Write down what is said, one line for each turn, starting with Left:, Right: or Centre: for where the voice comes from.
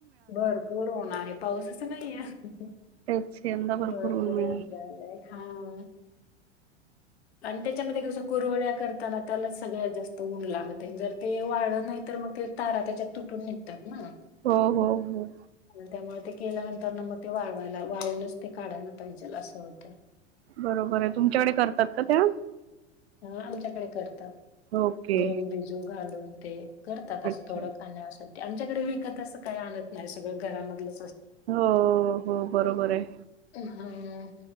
Left: भरपूर होणार आहे पाऊसच नाही आहे
Right: तेच यंदा
Left: भरपूर
Right: ऊन मिळालं.
Left: होन झालाय हा आणि त्याच्यामध्ये कस कुरवड्या करताना त्याला सगळ्यात जास्त ऊन लागते जर ते वाढ नाही मग ते तारा त्याच्यात तुटून निघतात ना
Right: हो हो हो
Left: त्यामुळे ते केल्यानंतर ना मग ते वाळवायला वाळूनच ते काढायला पाहिजे असं होतं
Right: बरोबर आहे तुमच्याकडे करतात का त्या
Left: अ आमच्याकडे करतात
Right: ओके.
Left: गहू बिजू घालून ते करतात असं
Right: अच्छा.
Left: थोडं खाण्यासाठी आमच्याकडे विकत असं काही आणत नाही सगळं घरामधलं
Right: हो हो बरोबर आहे
Left: हा